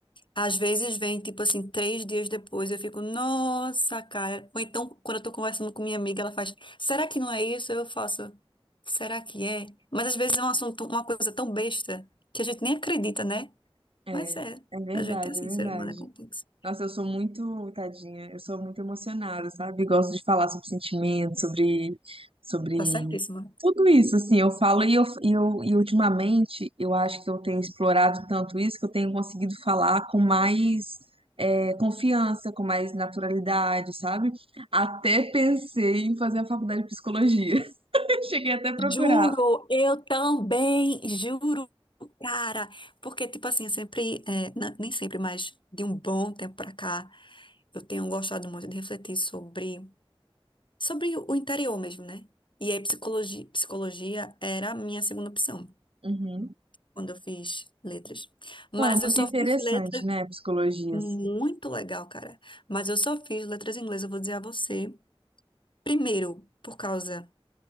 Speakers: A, on the left; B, on the right.
A: Às vezes vem, tipo assim, três dias depois, eu fico, nossa, cara. Ou então, quando eu tô conversando com minha amiga, ela faz, será que não é isso? Eu faço, será que é? Mas às vezes é um assunto, uma coisa tão besta, que a gente nem acredita, né?
B: É,
A: Mas é,
B: é verdade,
A: a gente é assim,
B: é verdade.
A: ser humano é complexo.
B: Nossa, eu sou muito, tadinha, eu sou muito emocionada, sabe? Gosto de falar sobre sentimentos, sobre, sobre
A: Tá certíssima.
B: tudo isso, assim, eu falo e, eu, e, eu, e ultimamente eu acho que eu tenho explorado tanto isso que eu tenho conseguido falar com mais é, confiança, com mais naturalidade, sabe? Até pensei em fazer a faculdade de psicologia. <laughs> Cheguei até a procurar.
A: Juro, eu também, juro, cara. Porque, tipo assim, eu sempre, é, na- nem sempre, mas de um bom tempo pra cá, eu tenho gostado muito de refletir sobre. sobre o interior mesmo, né? E aí psicologia, psicologia era a minha segunda opção
B: Uhum.
A: quando eu fiz letras. Mas
B: Não, é muito
A: eu só
B: interessante,
A: fiz letras
B: né, psicologia,
A: muito legal, cara. Mas eu só fiz letras em inglês, eu vou dizer a você, primeiro por causa,